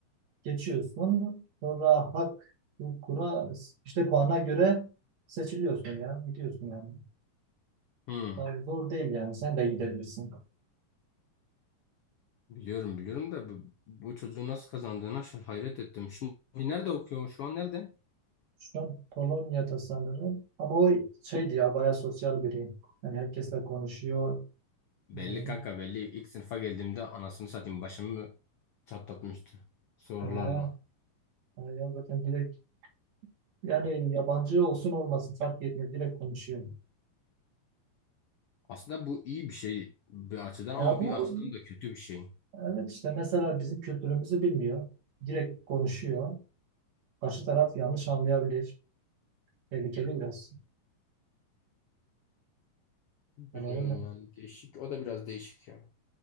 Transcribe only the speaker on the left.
Hı.
Biliyorum biliyorum da bu, bu çocuğun nasıl kazandığına şa- hayret ettim. Şimdi nerede okuyor? Şu an nerede?
Belli
kanka belli. İlk sınıfa geldiğimde anasını satayım başımı çatlatmıştı sorularla.
Aslında bu iyi bir şey bir açıdan ama
bir açıdan da kötü bir şey.
Bilmiyorum
yani değişik. O da biraz değişik ya.